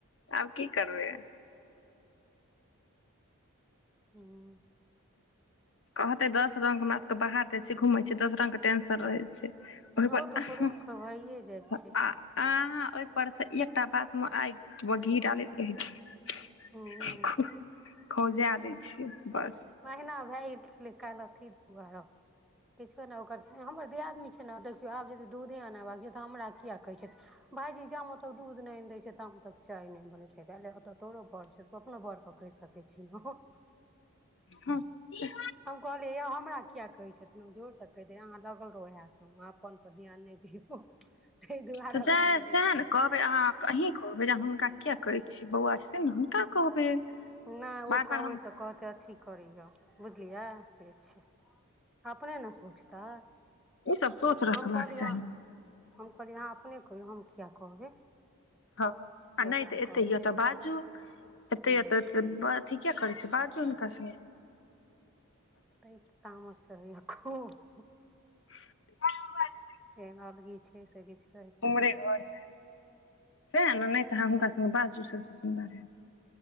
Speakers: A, on the left; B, in the centre.
A: आब की करबै
B: हूं
A: कहते दस रंग हमरा सबके बाहरदे छै घुमइ छी दस रंग के टेंशन रहै छै ओहि
B: ओ तऽ
A: अहंऽआऽ
B: पुरुषके भइए जाइ छै
A: अहाँ ओइपर से एकटाऽ बात मे आगि व घी डालैत रहै छी
B: हूं
A: खौ खौंजा दै छियै बस
B: महिना भए गेल छलै काल अथी दुआरह किछो नय ओकर हमर दियादनी छै ने देखियौ आब यदि दूधे अनेबाक छै तऽ हमरा किएक कहै छथि भायजी जामं तक दूध नै आनि दय छै ताम तक चाय नय बनै छै भेलय हऽत तोरो बड़ छै तु अपनो बऽर पकैड़ सकै छी न हंऽ
A: हँ सेऽ
B: हम कहलियै यौ हमरा किया कहै छथिन हम जोर से कहि देे अहाँ लगल रहौ उहे से हम अप्पऽन पर ध्यान नहि दियौऽतइ दुआरे
A: तऽ जाय
B: भए गेलै
A: सएह
B: जे
A: ने कहबै अहाँ क अहीं कहबै जे हुनका किया करय छी बउआ छथिन ने हुनकाऽ कहबै
B: नय
A: बार
B: ओ कहबै
A: बार हम
B: तऽ कहतै अथी करैय बुझलियै से छै अपने ने सोऽचतै
A: ई सब सोच रखबाक
B: हम कहलीयै
A: चाही
B: आं हम कहलिये अहां अपने कहियौ हम किया कहबै
A: हँ आ
B: जकरा
A: नय तऽ एते
B: कहब
A: अय तऽ बाजू एते
B: हूँ
A: अयत त त ब अथी किया करै छी बाजू हुनका स
B: तैं तामस होइया खुऽब
A: <unintelligible>
B: एहन अलगी छै से किछ कहै के
A: उमरे
B: नै
A: घर मे सएह ने नइ तऽ अहां हुनका
B: नहि
A: संगे बाजू शबश सुंदर हेऽत